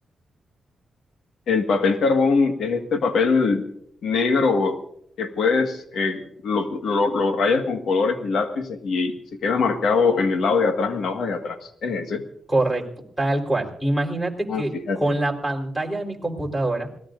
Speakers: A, on the left; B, in the centre.
A: El papel carbón es este papel negro que puedes, eh, lo, lo- lo rayas con colores y lápices y se queda marcado en el lado de atrás, en la hoja de atrás. Es ese.
B: Correcto, tal cual. Imagínate
A: Ah,
B: que
A: fíjate.
B: con la pantalla de mi computadora